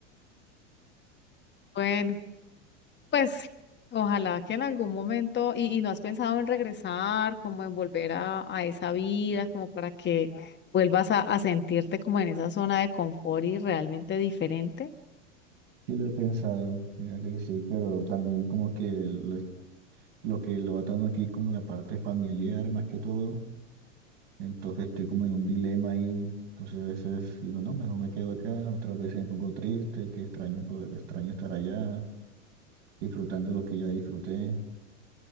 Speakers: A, on the left; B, on the right.
A: Bueno, pues ojalá que en algún momento, y, y no has pensado en regresar, como en volver a, a esa vida, como para que vuelvas a, a sentirte como en esa zona de confort y realmente diferente.
B: Sí, lo he pensado, mira que sí, pero también como que lo, lo que lo ata uno aquí es como la parte familiar más que todo, entonces estoy como en un dilema ahí, entonces a veces digo, no, mejor me quedo acá, otras veces me pongo triste, que extraño, pues, extraño estar allá, disfrutando lo que ya disfruté,